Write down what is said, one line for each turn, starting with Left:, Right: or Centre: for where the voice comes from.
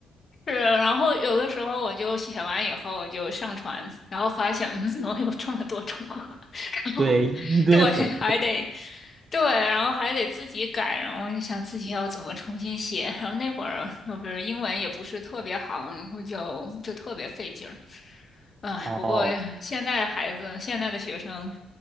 Left: 是，然后有的时候我就写完以后，我就上传，然后发现，嗯，怎么有这么多重合？<laughs> 然后，
Right: 对，一堆红。
Left: 对，还得，对，然后还得自己改，然后我就想自己要怎么重新写。然后那会儿就是英文也不是特别好，然后就就特别费劲儿。唉，
Right: 哦
Left: 不过现在的孩子，现在的学生，